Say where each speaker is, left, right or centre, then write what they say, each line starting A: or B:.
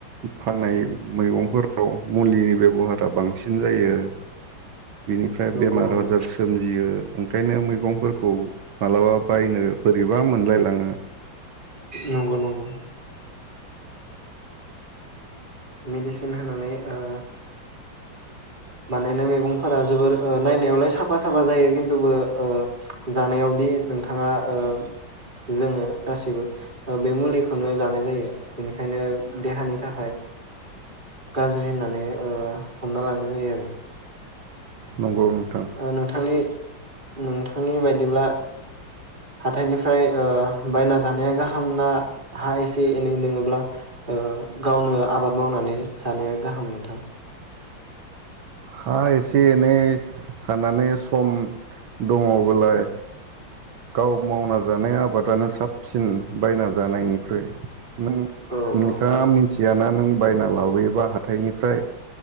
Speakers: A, on the right (about 80°); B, on the right (about 25°).
A: फाननाय मैगंफोराव मुलिनि बेबहारा बांसिन जायो। बिनिफ्राय
B: नंगौ
A: बेमार
B: नंगौ
A: आजार सोमजियो ओंखायनो मैगंफोरखौ मालाबा बायनो बोरैबा मोनलायलाङो।
B: नंगौ नंगौ। मेडिसिन होनानै ओ बानायनाय मैगंफोरा जोबोर ओ नायनायावलाय साफा साफा जायो खिन्थुबो ओ जानायावदि नोंथाङा ओ जोङो गासिबो बे मुलिखौनो जानाय जायो। बेनिखायनो देहानि थाखाय गाज्रि होननानै ओ हमना लानाय जायो आरो। <unintelligible>
A: नंगौ। नोंथां
B: ओ नोंथांनि नोंथांनि बायदिब्ला हाथाइनिफ्राय बायना जानाया गाहाम ना हा एसे एनै दोङोब्ला ओ गावनो आबाद मावनानै जानाया गाहाम नोंथां?
A: हा एसे एनै थानानै सम दङ'बोलाय गाव मावना जानाय आबादानो साबसिन बायना जानायनिख्रुइ। नों
B: औ
A: नोंथाङा
B: औ औ
A: मिथियाना नों बायना लाबोयोबा हाथायनिफ्राय